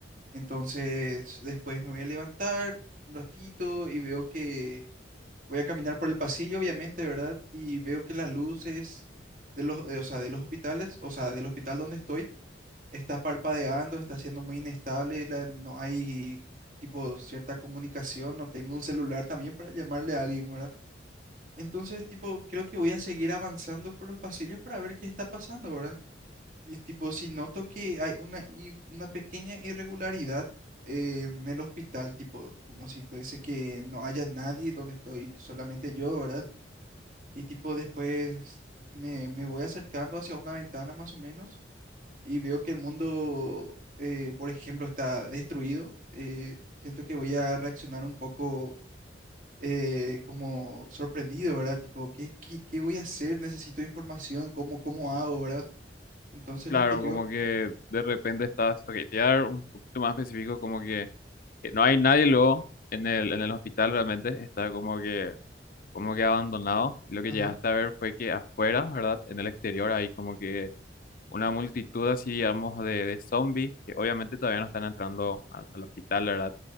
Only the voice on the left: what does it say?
Claro,
como que de repente estás, ok, te voy a dar un poquito más específico, como que eh, no hay nadie luego en el, en el hospital realmente, está como que como que abandonado. Lo que
llegaste a ver fue que afuera, ¿verdad? En el exterior hay como que una multitud así, digamos, de, de zombies que obviamente todavía no están entrando a- al hospital, ¿verdad?